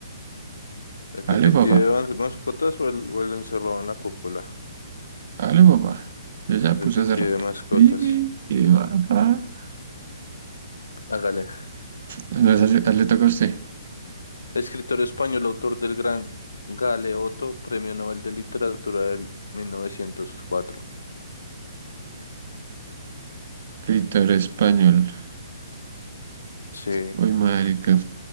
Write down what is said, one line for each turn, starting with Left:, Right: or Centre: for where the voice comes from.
Left: ¿El detective
Right: dale papá,
Left: de mas- mascotas o el, o el encerrado en la cúpula?
Right: dale papá. Yo ya
Left: El
Right: puse
Left: detective
Right: hace rato.
Left: de mascotas.
Right: <laughs> Y, papá.
Left: Hágale.
Right: No, esa le esa le toca a usted.
Left: Escritor español, autor del gran Galeoto, Premio Nobel de Literatura del 1904.
Right: Escritor español.
Left: Sí,
Right: Uy, marica.